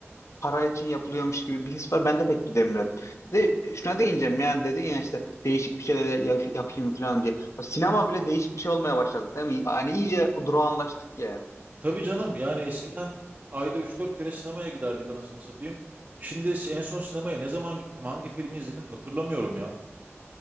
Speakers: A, on the left; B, on the right.
A: para için yapılıyormuş gibi bir his var. Ben de pek gidemiyorum. De, şuna değineceğim yani dedin ya işte değişik bir şeyler ya- yapayım falan diye. Abi Sinema bile değişik bir şey olmaya başladı değil mi? Yani iyice durağanlaştık ya.
B: Tabii canım. Yani eskiden ayda üç dört kere sinemaya giderdik anasını satayım. Şimdi en son sinemaya ne zaman gittim, hangi filmi izledim hatırlamıyorum ya.